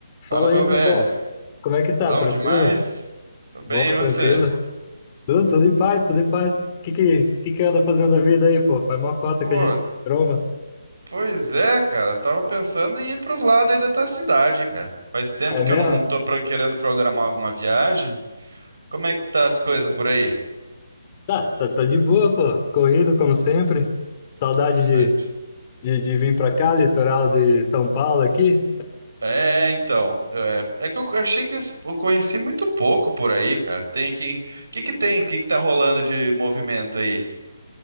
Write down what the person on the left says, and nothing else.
Fala
aí, meu
bom. Como é que tá?
Tranquilo?
Bom,
tranquilo? Tudo, tudo em paz, tudo em paz. Que que, que que anda fazendo da vida aí, pô? Faz mó cota
que a gente se tromba.
É
mesmo?
Tá, tá, tá de boa, pô. Corrido, como sempre. Saudade de,
de, de vir pra cá, litoral de São Paulo aqui.